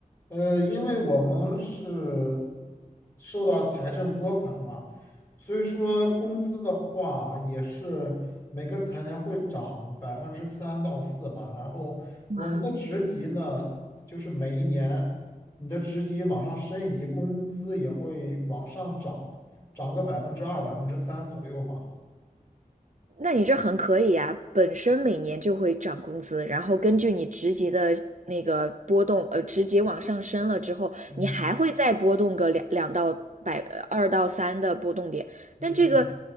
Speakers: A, on the left; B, on the right.
A: 呃，因为我们是受到财政拨款嘛，所以说工资的话也是每个财年会涨百分之三到四吧。然后我们的职级呢，
B: 哇。
A: 就是每一年你的职级往上升一级，工资也会往上涨，涨个百分之二、百分之三左右吧。
B: 那你这很可以呀，本身每年就会涨工资，然后根据你职级的那个波动，呃，职级往上升了之后，
A: 嗯
B: 你还会再波动个两两到百二到三的波动点，
A: 嗯，
B: 但这个